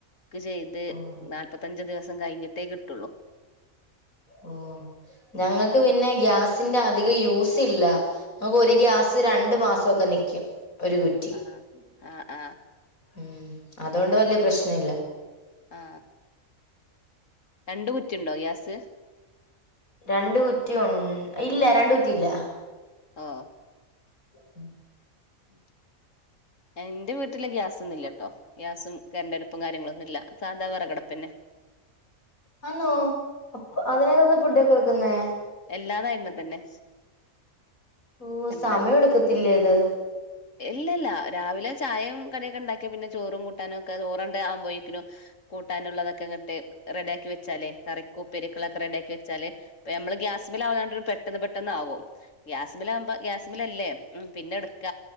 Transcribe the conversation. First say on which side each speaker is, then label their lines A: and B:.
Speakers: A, on the left; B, on the left.
A: ചെയ്ത്
B: ഓഹ്
A: നാല്പത്തഞ്ച് ദിവ സം കഴിഞ്ഞിട്ടേ കിട്ടുള്ളൂ.
B: ഓ ഞങ്ങക്ക്
A: അങ്ങ
B: പിന്നെ ഗ്യാസിന്റെ അധികം യൂസ് ഇല്ല ഞ്ഞങ്ങക്ക് ഒരു
A: ആ
B: ഗ്യാസ് രണ്ട് മാസം തുക നിക്കും ഒരു കുറ്റി
A: ആ ആ ആ
B: ഉം അതുകൊണ്ട് വലിയ പ്രശ്ന ഇല്ല
A: ആ രണ്ട് കുറ്റി ഉണ്ടോ ഗ്യാ സ്?
B: രണ്ട് കുറ്റിയൊൺ ഇല്ല രണ്ട് കുറ്റിയില്ല.
A: ഓഹ്.
B: ഉം
A: ഉം എന്റെ വീട്ടില് ഗ്യാസൊന്നില്ല്യാട്ടോ ഗ്യാസും കരണ്ടടുപ്പും കാര്യങ്ങളൊന്നുമില്ല. സാധാ വെറകടുപ്പന്നെ.
B: ആന്നോ അ അതിനാത്താന്നോ ഫുഡൊക്കെ വെക്കുന്നേ?
A: എല്ലാതായ്മ തന്നെ.
B: ഓ
A: എല്ലാ
B: സമയം എടുക്കത്തില്ലേ ത്
A: ഇല്ലല്ല രാവിലെ ചായയും കടിയോക്കെ ഉണ്ടാക്കി പിന്നെ ചോറും കുട് ട്ടാനൊക്കെ ചോറണ്ട് ആവുമ്പോയെക്കിനും. കൂട്ടാനുള്ളതൊക്കെ ഇങ്ങട്ട് റെഡിയാക്കി വെ ചാലെ കറിക്കും ഉപ്പേരിക്കും ഉള്ളെ ഒക്കെ റെഡി വെച്ചാല് നമ്മള് ഗ്യാസ് മിൽ ആവണ്ട് പെട്ടെന്ന് പെട്ടന്ന് ആവും. ഗ്യാസ്മല് ആകുമ്പ ഗ്യാസ്മില അല്ലേ? ഉം പിന്നെ എടുക്ക.